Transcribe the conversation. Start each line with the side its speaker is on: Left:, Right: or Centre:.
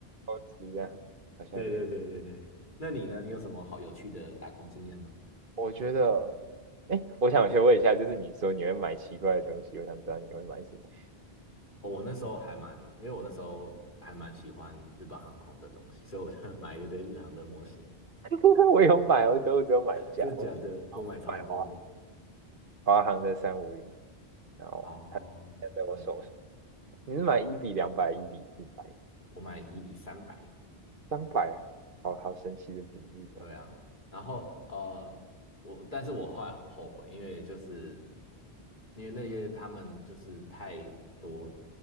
Right: 都吃这样，好像也没
Left: 对对对对对，那你呢？你有什么好有趣的打工经验吗？
Right: 我觉得，哎，我想先问一下，就是你说你会买奇怪的东西，我想知道你会买什么。
Left: 哦，我那时候还蛮，因为我那时候还蛮喜欢日本航空的东西，所以我就 <laughs> 买了一堆日航的模型。
Right: <laughs> 我有买我可是我只有买一架，
Left: <laughs> 真的假的？
Right: 我
Left: 我买超多的。
Right: 买华华航的三五零，然后
Left: 哦，
Right: 现在我手上，
Left: 嗯。
Right: 你是买一比两百，一比四百，
Left: 我买一比三百，
Right: 三百啊，
Left: 嗯，
Right: 好好神奇的比例哦。
Left: 对啊，然后呃，我但是我后来很后悔，因为就是因为那些他们就是太多